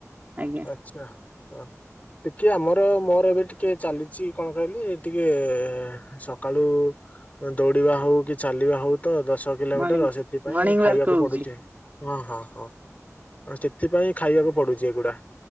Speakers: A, on the right; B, on the left.
A: ଆଜ୍ଞା
B: ଆଛା। ହ ଟିକେ ଆମର ମୋର ଏବେ ଟି ଟିକେ ଚାଲିଚି କଣ କହିଲି ଟିକେ ସକାଳୁ ଦୌଡିବା ହଉ କି ଚାଲିବା ହଉ ତ ଦଶ କିଲୋମିଟର
A: ମର୍ଣ୍ଣିଂ
B: ସେଥିପାଇଁ
A: ମର୍ଣ୍ଣିଂ
B: ଖାଇବାକୁ
A: ୱାର୍କ ହଉଛି।
B: ପଡୁ ହଁ ହଁ ହଁ ସେଥିପାଇଁ ଖାଇବାକୁ ପଡୁଛି ଏଗୁଡା।